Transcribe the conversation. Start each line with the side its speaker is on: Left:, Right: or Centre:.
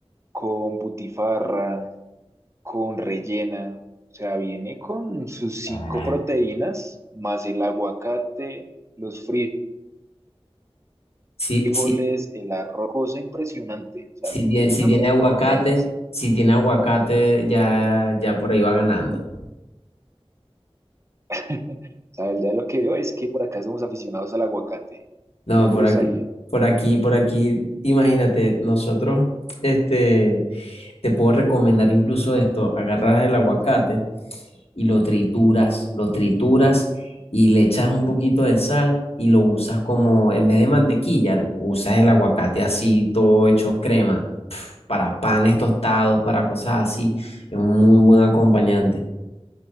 Right: con butifarra, con rellena. O sea, viene con sus cinco
Left: Ah,
Right: proteínas, más el aguacate, los frijoles.
Left: Sí,
Right: frijoles,
Left: sí,
Right: el arroz, cosa impresionante. O sea,
Left: Si
Right: si
Left: tiene,
Right: tienes
Left: si
Right: hambre,
Left: tiene aguacate,
Right: apenas.
Left: si tiene aguacate, ya, ya por ahí va ganando.
Right: <laughs> O sea, ya lo que veo es que por acá somos aficionados al aguacate.
Left: No,
Right: Un plus
Left: por aquí,
Right: ahí.
Left: por aquí, por aquí, imagínate, nosotros, este, te puedo recomendar incluso esto, agarras el aguacate y lo trituras, lo trituras y le echas un poquito de sal y lo usas como, en vez de mantequilla, usas el aguacate así, todo hecho crema, para panes tostados, para cosas así, es un muy buen acompañante.